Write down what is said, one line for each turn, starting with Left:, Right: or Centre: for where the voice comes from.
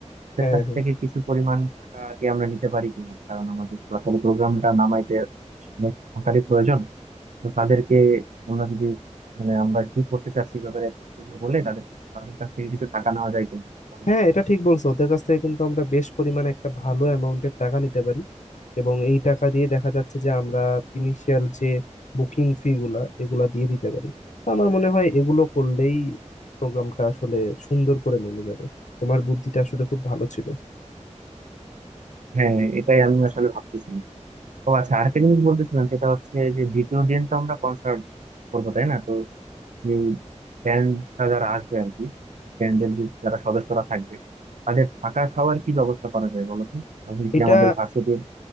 Right: তাদের
Left: হ্যাঁ
Right: কাছ
Left: হ্যাঁ
Right: থেকে কিছু পরিমাণ টাকা কি আমরা নিতে পারি কিনা কারণ আমাদের আসলে প্রোগ্রামটা নামাইতে অনেক টাকারই প্রয়োজন তো তাদেরকে আমরা যদি মানে আমরা কি করতে চাচ্ছি এই ব্যাপারে একটু খুলে বলে তাদের তাদের কাছ থেকে কিছু টাকা নেওয়া যায় কিনা তো
Left: হ্যাঁ এটা ঠিক বলছো ওদের কাছ থেকে কিন্তু আমরা বেশ পরিমাণে একটা ভালো অ্যামাউন্টের টাকা নিতে পারি এবং এই টাকা দিয়ে দেখা যাচ্ছে যে আমরা ইনিশিয়াল যে বুকিং ফি গুলা এগুলা দিয়ে দিতে পারি তো আমার মনে হয় এগুলো করলেই প্রোগ্রামটা আসলে সুন্দর করে নেমে যাবে তোমার বুদ্ধিটা আসলে খুব ভালো ছিল
Right: হ্যাঁ এটাই আমি আসলে ভাবতেছিলাম তো আচ্ছা আরেকটা জিনিস বলতেছিলাম সেটা হচ্ছে যে দ্বিতীয় দিন তো আমরা কনসার্ট করবো তাই না তো যে ব্যান্ডটা যারা আসবে আর কি ব্যান্ডের যে যারা সদস্যরা থাকবে তাদের থাকা খাওয়ার কি ব্যবস্থা করা যায় বলো তো আমি কি
Left: এটা
Right: আমাদের ভার্সিটির